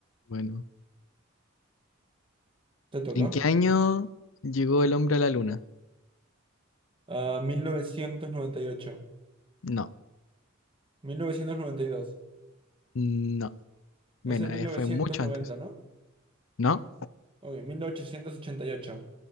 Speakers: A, on the left (about 70°); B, on the right (about 25°).
A: bueno.
B: ¿Te toca?
A: ¿En qué año llegó el hombre a la luna?
B: Ah, 1998.
A: No,
B: mil novecientos noventa y dos.
A: no. Menos,
B: Es el mil
A: eh,
B: novecientos
A: fue mucho
B: noventa,
A: antes.
B: ¿no?
A: No,
B: Uy, 1888,